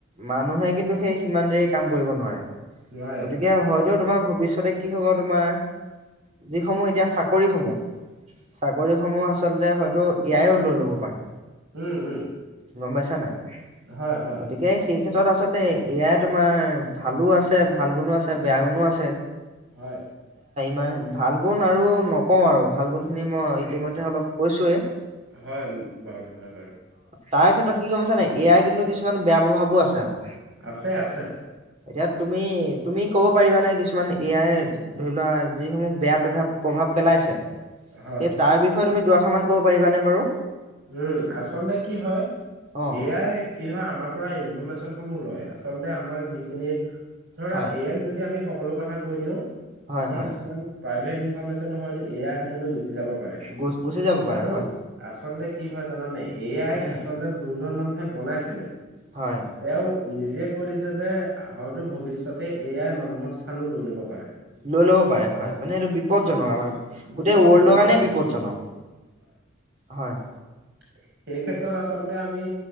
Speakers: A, on the right (about 35°); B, on the right (about 65°).
A: মানুহে কিন সেই সিমান দেৰি কাম কৰিব নোৱাৰে।
B: নোৱাৰে
A: গতিকে
B: হয়
A: হয়তো তোমাৰ ভৱিষ ষ্যতে কি হ'ব তোমাৰ। যিসমূহ এতিয়া চাকৰিসমূহ চাক কৰিসমূহ আচলতে হয়তো এ আইও লৈ ল'ব পাৰে।
B: উম উম।
A: গম পাইছা নাই?
B: হয় হয়
A: গতিকে সেই ক্ষেত তত আচলতে এ আই তোমাৰ ভালো আছে, ভাল গুণো আছে বেয়া গুণো আছে।
B: হয়।
A: নাই, ভাল গুণ আৰু নকও আৰু ভাল গুণ খিনি মই ইতিমধ্যে অলপ কৈছোৱে।
B: হয় বাৰু হয় বাৰু।
A: তাইৰ ক্ষেত্ৰত কি গম পাইছা নে নাই, এ আইৰ কিন্তু কিছুমান বেয়া প্ৰভাৱো আছে আক।
B: আছে আছে।
A: ইয়াত তুমি তুমি ক'ব পাৰিবানে কিছুমান এ আইৰ ধৰি লোৱা যিসমূহ বেয়া প্ৰেভাৱ প্ৰভাৱ পেলাইছে।
B: হয়
A: এই তাৰ বিষয়ে তুমি দুৱাষাৰ মান ক'ব পাৰিবানে বাৰু?
B: উম। আচলতে কি হয়,
A: অ
B: এ আই কি হয় আমাৰ পৰা ইনফৰমেচন সমূহ লয়। আচলতে আমাৰ যিখিনি ধৰা
A: হয়
B: এ আইক যদি আমি সকলো কথা কৈ দিওঁ
A: হয়
B: আমাৰ
A: হয়
B: কিছুমান প্ৰাইভেট ইনফৰমেচন হয়টো এ আইৰ হাতলৈ গুছ ছি যাব পাৰে
A: গুচ গুচি যাব পাৰে
B: আৰু
A: হয়
B: আচলতে কি হয় জানানে এ আইক
A: উম
B: আচলতে জোনজন মানুহে বনাইছিলে,
A: হয়।
B: তেওঁ নিজে কৈ দিছে যে, হয়তো ভৱিষ্যতে এ আইয়ে মানুহৰ স্থানো লৈ ল'ব পাৰে।
A: লৈ ল'ব পাৰে হয়। মানে এইটো বিপদজনক,
B: উম,
A: আমাৰ
B: বিপদজনক
A: গোটেই ৱৰ্ল্ডৰ কাৰণেই
B: হয়
A: বিপদজনক। হয়।
B: উ <unintelligible> সেই ক্ষেত্ৰত আচলতে আমি